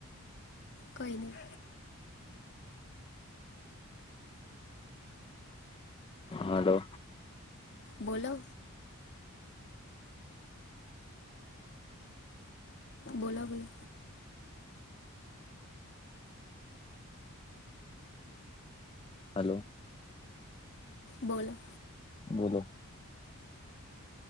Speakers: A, on the left (about 50°); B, on the left (about 20°).
A: કઈ નઈ.
B: હલો.
A: બોલો. બોલા, બોલો.
B: હેલો
A: બોલો
B: બોલો